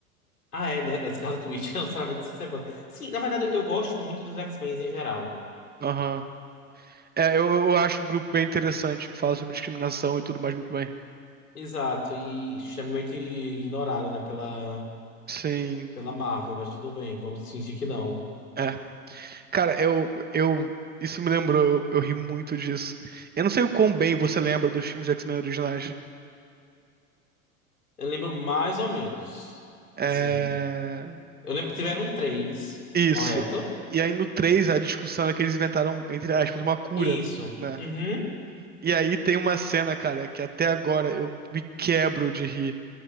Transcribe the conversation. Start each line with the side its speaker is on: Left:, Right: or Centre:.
Left: Ah, é, né? Da Scarlet Witch, <laughs> não necessariamente se Wanda. Sim, na verdade, eu gosto muito dos X-Men em geral.
Right: aham. É, eu, eu acho um grupo bem interessante que fala sobre discriminação e tudo mais muito bem.
Left: Exato, e extremamente ignorado, né, pela,
Right: Sim.
Left: pela Marvel, mas tudo bem, vamos fingir que não.
Right: É. Cara, eu, eu. Isso me lembrou, eu, eu ri muito disso. Eu não sei o quão bem você lembra dos filmes de X-Men originais.
Left: Eu lembro mais ou menos.
Right: É.
Left: Assim, eu lembro que tiveram três,
Right: Isso.
Left: correto?
Right: E aí no 3 a discussão é que eles inventaram, entre aspas, uma cura,
Left: Isso.
Right: né?
Left: Uhum,
Right: E aí tem uma cena, cara, que até agora eu me quebro de rir,